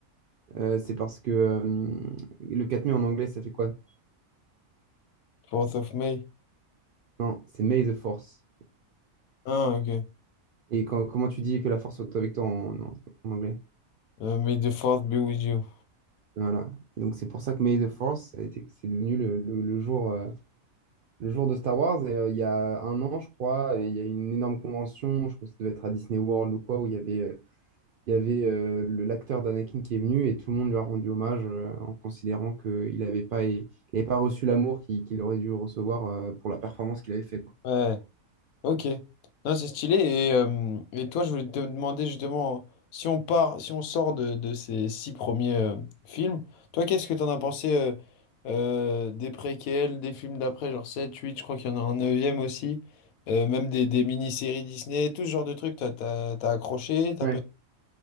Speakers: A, on the right; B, on the left.
A: Euh, c'est parce que euh, le 4 mai en anglais, ça fait quoi?
B: Fourth of May.
A: Non, c'est May the Force.
B: Ah, ok.
A: Et quand- comment tu dis que la force soit avec toi en, en- en anglais?
B: Euh, may the fourth be with you.
A: Voilà. Donc c'est pour ça que May the Force, ça a été- c'est devenu le, le- le jour, euh, le jour de Star Wars. Et euh, il y a un an, je crois, et il y a eu une énorme convention, je pense que ça devait être à Disney World ou quoi, où il y avait, euh, il y avait euh, le- l'acteur d'Anakin qui est venu et tout le monde lui a rendu hommage euh, en considérant qu'il n'avait pas, il avait pas reçu l'amour qu'il qu'il aurait dû recevoir euh, pour la performance qu'il avait fait, quoi.
B: Ouais. Ok, non, c'est stylé. Et, euh, et toi, je voulais te demander justement, si on part, si on sort de, de ces six premiers euh, films, toi, qu'est-ce que t'en as pensé euh, euh, des préquels, des films d'après, genre sept huit je crois qu'il y en a un neuvième aussi, euh, même des, des mini-séries Disney, tout ce genre de trucs, t'as, t'as, t'as accroché, t'as
A: Ouais.
B: pas...